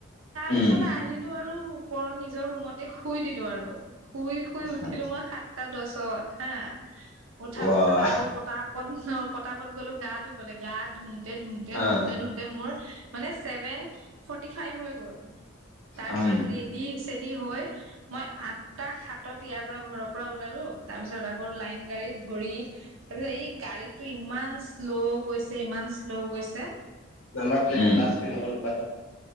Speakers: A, on the left; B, on the right.
A: উম
B: তাৰপিছতে আহিলো আৰু ওপৰৰ নিজৰ ৰুমতে শুই দিলো। আৰু শুই শুই
A: হ
B: উঠিলো
A: আচ্ছা উম
B: মই সাত দছত হা উঠাৰ
A: ৱাহ
B: পাছত আকৌ পতাত পতাপত গ'লো গা ধুবলৈ গা ধুইতে ধুইতে
A: আহ
B: ধুওতে ধু মোৰ মানে চেভেন ফৰ্তী ফাইভ হৈ গ'ল। তাৰ
A: উম
B: পিছত
A: উম।
B: ৰেডি -চেডি হৈ মই আঠটা সাতত ইয়াৰ পৰা ঘৰৰ পৰা ওলালো তাৰপিছত আকৌ লাইন গাড়ীত ধৰি তাৰপিছত এই গাড়ীটো ইমান শ্ল' গৈছে ইমান শ্ল' গৈছে
A: নম্বৰ প্লেট্গ্লাছ <unintelligible>